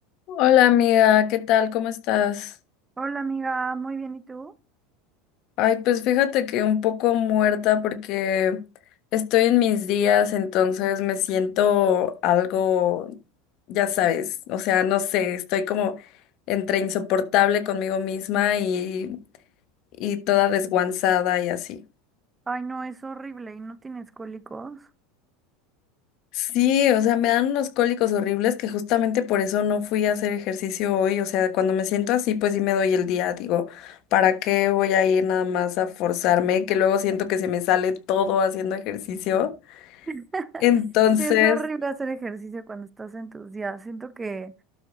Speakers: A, on the left (about 55°); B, on the right (about 20°).
A: Hola amiga, ¿qué tal? ¿Cómo estás?
B: Hola amiga, muy bien, ¿y tú?
A: Ay, pues fíjate que un poco muerta porque estoy en mis días, entonces me siento algo, ya sabes, o sea, no sé, estoy como entre insoportable conmigo misma y, y toda desguanzada y así.
B: Ay, no, es horrible y no tienes cólicos.
A: Sí, o sea, me dan unos cólicos horribles que justamente por eso no fui a hacer ejercicio hoy. O sea, cuando me siento así, pues sí me doy el día. Digo, ¿para qué voy a ir nada más a forzarme? Que luego siento que se me sale todo haciendo ejercicio.
B: <laughs>
A: Entonces,
B: Sí, es horrible hacer ejercicio cuando estás en tus días. Siento que,